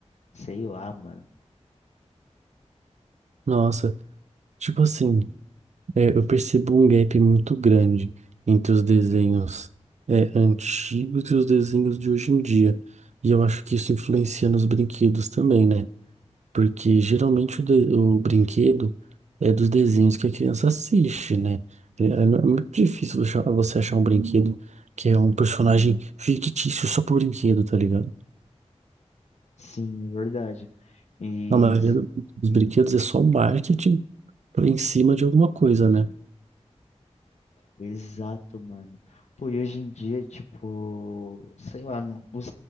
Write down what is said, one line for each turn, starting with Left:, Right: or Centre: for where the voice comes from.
Left: sei lá, mano.
Right: Nossa, tipo assim, é, eu percebo um gap muito grande entre os desenhos é, antigos e os desenhos de hoje em dia. E eu acho que isso influencia nos brinquedos também, né? Porque geralmente o, de- o brinquedo é dos desenhos que a criança assiste, né? É, é muito difícil você achar você achar um brinquedo que é um personagem fictício só pro brinquedo, tá ligado?
Left: Sim, verdade. E
Right: A maioria do- dos brinquedos é só marketing para em cima de alguma coisa, né?
Left: Exato, mano. Pô, e hoje em dia, tipo, sei lá, não- os,